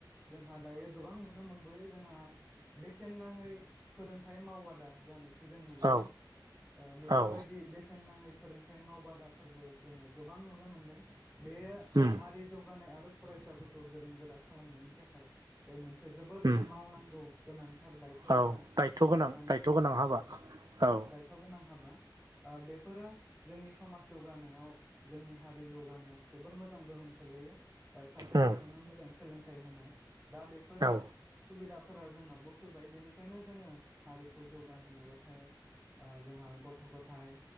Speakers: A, in the centre; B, on the right (about 55°).
A: जोंहा दायो गोबां नुनो मोनबोयो जोंहा बेसेन नाङै फोरोंथाइ मावबादा जानोखि जों नुबोदों
B: औ
A: ओ बेफोरबायदि
B: औ
A: बेसेन नाङै फोरोंथाइ मावबादाफोरबो जोङो गोबां नुनो मोनदों बे
B: उम
A: हारि जौगानाय आरो फरायसाफोरखौ गोरों गोरा खालामनायनि थाखाय बे मोनसे जोबोर
B: उम
A: मावनांगौ गोनांथार दायथ'
B: औ
A: आरो
B: दायथ' गोनां
A: जानखि
B: दायथ' गोनां हाबा
A: औ
B: औ
A: दायथ' गोनां हाबा ओ बेफोरो जोंनि समाज जौगानायाव जोंनि हारि जौगानायाव जोबोद मोजां गोहोम खोलैयो ओ सासे
B: उम
A: गथ'नो मोजां सोलोंथाइ होनाय दा बेफोरो
B: औ
A: सुबिदाफोरा जोंनावबो फैबाय बेनिखायनो जोङो हारिखौ जौगाहोनोबाथाय ओ जोंहा गथ' गथायाइ